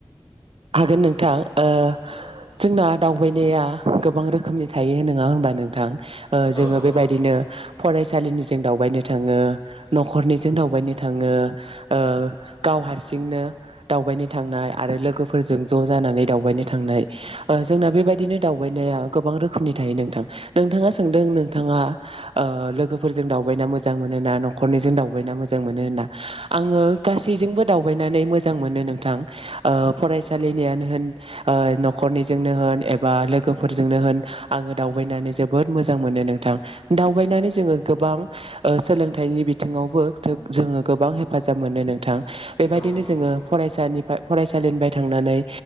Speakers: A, on the right; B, on the left.
A: हागोन नोंथाङ ओ
B: औ
A: जोंना दावबायनाया गोबां रोखोमनि थायो नङा होनोमबा नोंथां ओ जोङो
B: औ नंगौ
A: बेबायदिनो फरायसालिनिजों दावबायनो थाङो नखरनिजों दावबायनो थाङो ओ गाव हारसिंनो दावबायनो थांनाय आरो लोगो फोरजों ज जानानै दावबायनो थांनाय ओ जोंना बेबायदिनो दावबायनाया गोबां रोखोमनि थायो नोंथां। नोंथाङा सोंदों नोंथाङा ओ लोगोफोरजों दावबायना मोजां मोनो ना नखरनिजों दावबायना मोजां मोनो होना। आङो गासैजोंबो दावबायनानै मोजां मोनो नोंथां ओ फरायसालिनियानो होन ओ नखरनिजोंनो होन एबा लोगोफोरजोंनो होन आङो दावबायनानै जोबोद मोजां मोनो नोंथां। दावबायनानै जोङो गोबां सोलोंथाइनि बिथिङावबो जो-जोङो गोबां हेफाजाब मोनो नोंथां बेबायदिनो
B: औ नंगौ
A: जोङो फरायसानिफ्राय फराय साललिबाय थांनानै